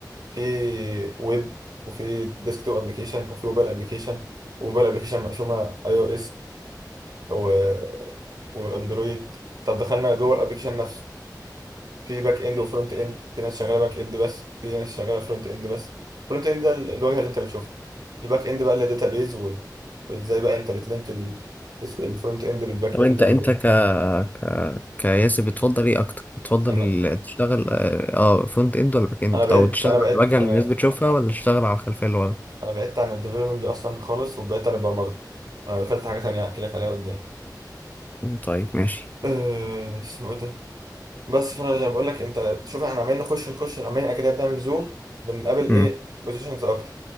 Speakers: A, on the right (about 65°); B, on the left (about 20°).
A: في ويب وفي ديسكتوب ابلكيشن وفي موبايل ابلكيشن وموبايل ابلكيشن مقسومه اي او اس واندرويد طب دخلنا جوه الابلكيشن نفسه في باك اند وفرونت اند في ناس شغاله باك اند بس في ناس شغاله فرونت اند بس فرونت اند ده ال- الواجهه اللي انت بتشوفها الباك اند بقى اللي داتابيز وال... وازاي بقى انت بتلينك ال... الفرونت اند بالباك
B: طب
A: اند
B: أنت
A: وال...
B: أنت ك ك كياسر بتفضل إيه أكتر؟ بتفضل
A: انا
B: تشتغل أه آه، فرونت إند ولا باك إند
A: انا بعدت
B: أو تشتغل
A: انا
B: على
A: بعدت
B: الواجهة
A: انا
B: اللي الناس بتشوفها ولا تشتغل على الخلفية اللي ورا؟
A: انا بعدت عن الديفلوبمنت دي اصلا خالص وبعدت عن البرمجه انا دخلت حاجه تانية هحكي لك عليها قدام
B: مم، طيب ماشي
A: أه... اسمه ايه ده بس فانا زي ما بقول لك انت شوف احنا عمالين نخش نخش عمالين اكيد بنعمل زوم بنقابل
B: مم.
A: ايه بوزيشنز اكتر